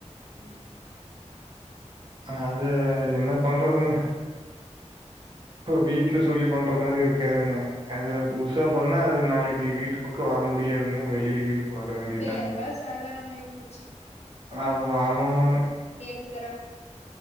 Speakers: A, on the left; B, on the right.
A: ம்
B: அது என்ன பண்றதுங்க வீட்ல சொல்லி பண்ற மாரி இருக்காதுங்க அது புதுசா பண்ணா அது நாளைக்கு வீட்டு பக்க வர முடி யாதுங்க வெளில கீது வர வேண்டியதுதாங்க.
A: இப்ப எல்லா சாதாரணமாயி போச்சு
B: அது ஆமாமாங்க
A: ஒத்துக்குறாங்க